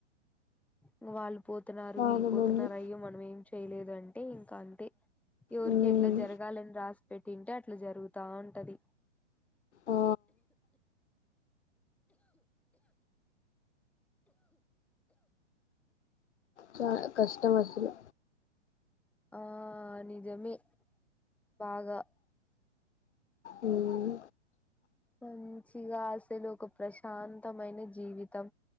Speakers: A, in the centre; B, on the left.
A: ఇగ వాళ్ళు పోతున్నారు
B: చాలా
A: వీళ్ళు పోతున్నారు
B: మంది
A: అయ్యో మనం ఏం చేయలేదంటే ఇంకా అంతే ఎవరికి
B: మ్మ్,
A: ఎట్లా జరగాలని రాసి పెట్టింటే అట్లా జరుగుతా ఉంటది
B: ఆ, చ కష్టం అసలు
A: ఆ నిజమే బాగా
B: మ్మ్,
A: మంచిగా అసలు ఒక ప్రశాంతమైన జీవితం